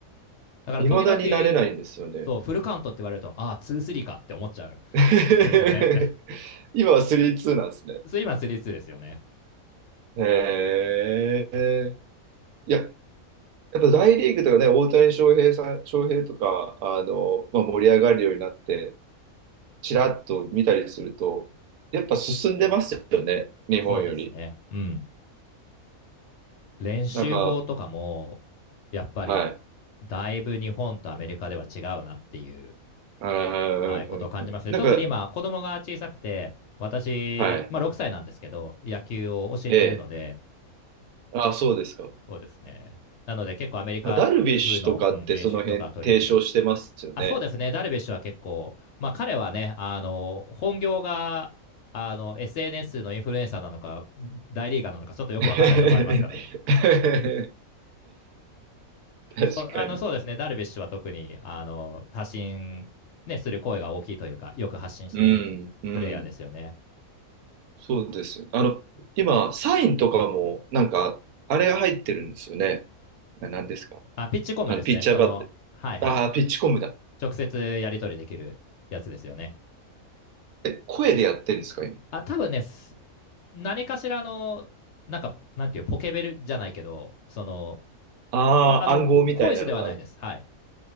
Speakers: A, on the left; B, on the right.
A: だから時々、
B: 未だになれないんですよね。
A: そう、フルカウントって言われると、ああ、2、3かって思っちゃう
B: <laughs>
A: んですよね <laughs>。
B: 今は3-2なんですね。
A: そう今、3、2ですよね。
B: へえ。いや、やっぱ大リーグとかね、大谷翔平さん、翔平とか、あの、まあ、盛り上がるようになって、ちらっと見たりすると、やっぱ進んでますよね。日本より。
A: そうですね。うん。練習法とかも、
B: なんか、
A: やっぱり、
B: はい。
A: だいぶ日本とアメリカでは違うなっていう、
B: うんうんうんうんなんか、
A: はい、ことを感じますね。特に今、子供が小さくて、私、
B: はい。
A: まあ、6歳なんですけど、野球を教えているので、
B: ええ。あ、そうですか。
A: そうですね。なので、結構アメリカ風の、
B: ダルビッシュとかってその辺提唱してますよね。
A: うん、練習とか取り入れてます。あ、そうですね。ダルビッシュは結構、まあ彼はね、あの、本業が、あの、SNS のインフルエンサーなのか、大リーガーなのか、ちょっとよくわかんないとこありますからね。
B: <laughs> 確かに。
A: そう、あの、そうですね。ダルビッシュは特に、あの、発信、ね、する声が大きいというか、よく発信してるプレイヤーですよね。
B: うん、うん。そうですよね。あの、今、サインとかも、なんか、あれが入ってるんですよね。な、なんですか
A: あ、ピッチコムですね。
B: あの、ピッチャーバッテ、
A: その、はいはい。
B: ああー、ピッチコムだ。
A: 直接やり取りできるやつですよね。
B: え、声でやってるんですか、今。
A: あ、多分ね、す何かしらの、なんか、なんていう、ポケベルじゃないけど、その、
B: ああ、
A: こ、あの、
B: 暗号みたいなのが。
A: ボボイスではないです。はい。